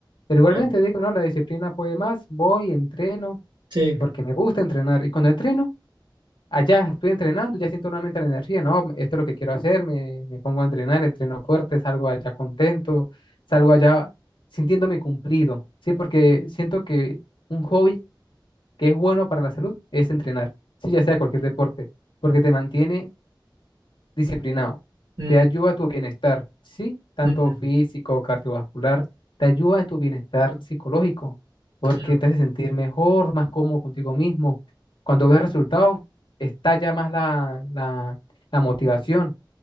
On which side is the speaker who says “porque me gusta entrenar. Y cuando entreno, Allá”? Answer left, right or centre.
Left